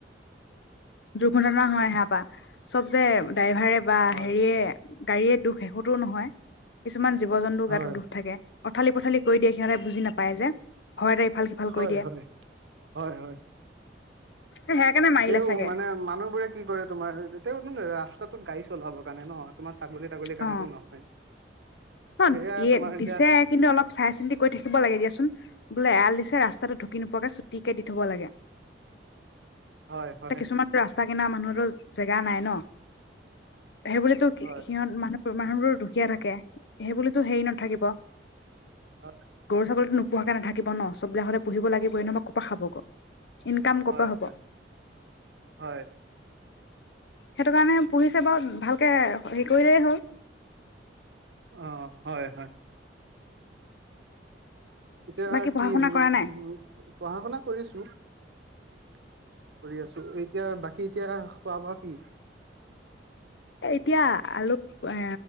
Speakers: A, on the left; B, on the right.
A: দুৰ্ঘটনা হয় হেয়া বা চব যে ড্ৰাইভাৰে বা
B: হয়,
A: হেৰিয়ে গাড়ীয়ে দুখ শেতো নহয় কিছুমান জীৱ জন্তুৰ
B: হয়,
A: গাটো দুখ থাকে। পথালি পথালি কৰি দিয়ে সিহঁতে বুজি নাপায় যে, ভয়তে ইফাল সিফাল
B: হয়
A: কৰি দিয়ে
B: হয় হয় হয়
A: সেয়া কাৰণে মাৰিলে
B: তেও
A: চাগে
B: মানে মানুহবোৰে কি কৰে তোমাৰ তে ৰাস্তা ত গাডী চলাব কাৰণে নহ তোমাৰ ছাগলী তাগলীৰ কাৰণেতো
A: অ
B: নহয়
A: অ
B: সেয়া
A: দিয়ে
B: তোমাৰ এতিয়া
A: দিছে কিন্তু অলপ চাই চিন্তি কৰি থাকিব লাগে দিয়াচোন বোলে এৰাল দিছে ৰাস্তা ৰাস্তাটো ঢুকি নোপোৱাকৈ চুটিকে দি থ'ব লাগে
B: হয়, হয়,
A: এয়া কিছুমান ৰাস্তা কিনা মানুহতো জেগা নাই ন সেইবুলিতো কি?
B: হয়,
A: মানুহ মানুহবোৰ দুখীয়া থাকে সেইবুলিতো হেৰি নাথাকিব
B: হয়,
A: গৰু ছাগলীতো ন পোহাকে নাথাকিব ন চবিলাক হলে পুহিব লাগিব এনেহবা ক'ৰপা খাবগ ইনকাম ক'পা
B: হয়,
A: হ'ব?
B: হয়, হয়,
A: সেইটো কাৰণে পোহিছে বাৰু ভালকে হে কৰিলেই হ'ল
B: অ হয় হয় এতিয়া
A: বাকী পঢ়া
B: কি
A: শুনা
B: উ
A: কৰা নাই।
B: পঢ়া শুনা কৰিছো কৰি আছো এতিয়া বাকী এতিয়া খোৱা বোৱা কি?
A: এতিয়া অলপ এ